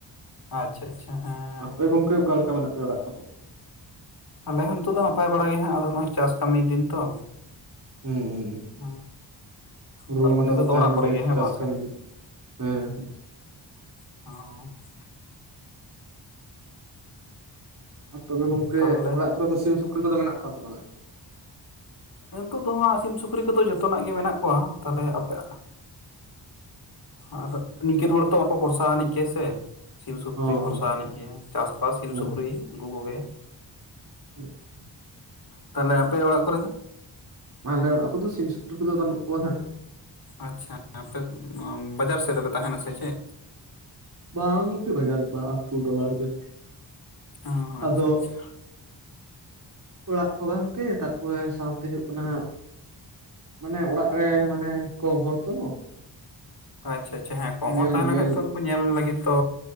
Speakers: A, on the left (about 50°); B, on the right (about 45°).
A: ᱟᱪᱪᱷᱟ ᱟᱪᱪᱷᱟ ᱦᱮᱸ
B: ᱟᱯᱮ ᱜᱚᱝᱠᱮ ᱚᱠᱟᱞᱮᱠᱟ ᱢᱮᱱᱟᱜ ᱯᱮᱭᱟ ᱚᱲᱟᱜ
A: ᱟᱞᱮ ᱦᱚᱸ ᱱᱤᱛᱩᱜ ᱫᱚ ᱱᱟᱯᱟᱭ ᱵᱟᱲᱟᱜ ᱜᱮ ᱦᱟᱸᱜ ᱟᱫᱚ ᱱᱚᱜᱼᱚᱭ ᱪᱟᱥ ᱠᱟᱹᱢᱤ ᱫᱤᱱ ᱛᱚ
B: ᱦᱩᱸ ᱦᱩᱸ
A: ᱦᱮᱸ
B: ᱨᱩᱣᱟᱹ
A: ᱛᱟᱨᱯᱚᱨ
B: ᱢᱟᱛᱚ
A: ᱱᱤᱛᱚᱜ
B: ᱫᱚ ᱛᱟᱦᱮᱱ
A: ᱚᱲᱟᱜ ᱠᱚᱨᱮ
B: ᱜᱮᱭᱟ
A: ᱜᱮ ᱦᱮᱸ
B: ᱪᱟᱥ
A: ᱵᱟᱝ
B: ᱠᱟᱹᱢᱤ
A: ᱥᱮ
B: ᱦᱮᱸ
A: <unintelligible>
B: ᱟᱨ ᱛᱚᱵᱮ ᱜᱚᱝᱠᱮ
A: ᱛᱟᱦᱚᱞᱮ
B: ᱚᱲᱟᱜ ᱠᱚᱨᱮ ᱫᱚ ᱥᱤᱢ ᱥᱩᱠᱨᱤ ᱠᱚᱫᱚ ᱢᱮᱱᱟᱜ ᱠᱚᱣᱟ ᱥᱮ ᱵᱟᱝᱟ
A: ᱱᱤᱛᱚᱜ ᱫᱚ ᱦᱟᱸᱜ ᱥᱤᱢ ᱥᱩᱠᱨᱤ ᱠᱚᱫᱚ ᱡᱚᱛᱚᱱᱟᱜ ᱜᱮ ᱢᱮᱱᱟᱜ ᱠᱚᱣᱟ ᱛᱟᱦᱞᱮ ᱟᱯᱮᱭᱟᱜ ᱟᱨ ᱱᱤᱝᱠᱟᱹᱱ ᱦᱚᱲ ᱛᱚ ᱵᱟᱠᱚ ᱵᱷᱚᱨᱥᱟ ᱟᱹᱱᱤᱡ ᱜᱮ ᱥᱮ ᱥᱤᱢ ᱥᱩᱠᱨᱤ
B: ᱦᱚᱸ ᱦᱚᱸ
A: ᱵᱷᱚᱨᱥᱟ ᱟᱹᱱᱤᱡ ᱜᱮ ᱪᱟᱥᱵᱟᱥ ᱥᱤᱢ
B: ᱦᱮᱸ
A: ᱥᱩᱠᱨᱤ ᱩᱱᱠᱩ ᱠᱚᱜᱮ
B: <unintelligible>
A: ᱛᱟᱦᱞᱮ ᱟᱯᱮ ᱚᱲᱟᱜ ᱠᱚᱨᱮ ᱫᱚ
B: ᱟᱞᱮ ᱚᱲᱟᱜ ᱠᱚᱫᱚ ᱥᱤᱢ ᱥᱩᱠᱨᱤ ᱠᱚᱫᱚ ᱵᱟᱹᱱᱩᱜ ᱠᱚᱣᱟ ᱦᱮᱸ
A: ᱟᱪᱷᱟ ᱟᱯᱮ ᱵᱟᱡᱟᱨ ᱥᱮᱫ ᱨᱮᱯᱮ ᱛᱟᱦᱮᱱᱟ ᱥᱮ ᱪᱮᱫ
B: ᱵᱟᱝ ᱜᱚᱢᱠᱮ ᱵᱟᱡᱟᱨ <inaudible> ᱟᱹᱛᱩ ᱴᱚᱞᱟ ᱨᱮᱜᱮ
A: ᱚᱸ ᱟᱪᱷᱟ
B: ᱟᱫᱚ
A: ᱟᱪᱷᱟ
B: ᱚᱲᱟᱜ ᱠᱚ ᱵᱟᱝᱛᱮ ᱛᱟᱨᱯᱚᱨᱮ ᱥᱟᱶᱛᱮ ᱦᱩᱭᱩᱜ ᱠᱟᱱᱟ ᱢᱟᱱᱮ ᱚᱲᱟᱜ ᱨᱮ ᱢᱟᱱᱮ ᱠᱚᱢ ᱦᱚᱲ ᱛᱚ
A: ᱟᱪᱷᱟ ᱟᱪᱷᱟ ᱦᱮᱸ ᱠᱚᱢ
B: ᱧᱮᱞ
A: ᱦᱚᱲ ᱛᱟᱦᱮᱸ ᱞᱮᱱ
B: ᱧᱮᱞ
A: ᱠᱷᱟᱱ ᱛᱚ ᱩᱱᱠᱩ ᱧᱮᱞ ᱞᱟᱹᱜᱤᱫ ᱛᱚ